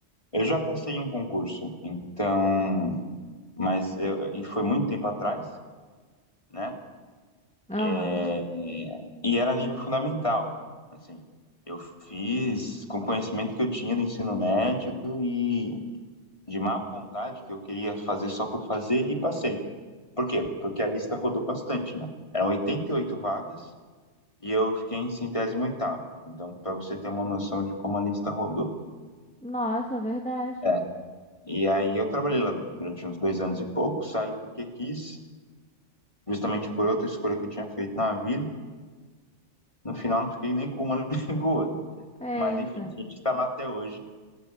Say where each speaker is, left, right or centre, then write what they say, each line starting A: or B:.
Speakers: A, on the left; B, in the centre.
A: Eu já passei em um concurso, então, mas eu, e foi muito tempo atrás, né?
B: Aham.
A: É, e era nível fundamental, assim. Eu fiz com o conhecimento que eu tinha do ensino médio e de má vontade que eu queria fazer só por fazer e passei. Por quê? Porque a lista rodou bastante, né? Eram 88 vagas E eu fiquei em centésimo oitavo. Então, para você ter uma noção de como a lista rodou.
B: Nossa, verdade.
A: É. E aí eu trabalhei lá durante uns dois anos e pouco, saí porque quis, justamente por outra escolha que eu tinha feito na vida. No final não fiquei nem com uma <laughs> nem com outra.
B: Eita.
A: Mas enfim, a gente tá lá até hoje.